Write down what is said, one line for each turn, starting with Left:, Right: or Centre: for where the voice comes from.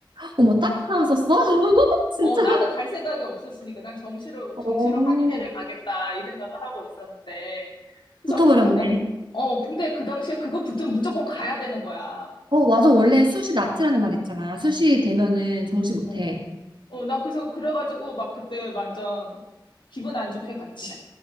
Right: 어머, 다른 하나 썼어? <laughs> 진짜.
Left: 어, 나는 갈 생각이 없었으니까 난 정시로,
Right: 어,
Left: 정시로 한의대를 가겠다 이 생각을 하고 있었는데. 그래서
Right: 붙어버렸네.
Left: 그거, 어, 근데 그 당시에 그거 붙으면 무조건 가야 되는 거야.
Right: 어, 맞아. 원래 수시 납치라는 말 있잖아. 수시 되면은 정시 못해.
Left: 어, 어, 난 그래서 그래가지고 막 그때 완전 기분 안 좋게 갔지.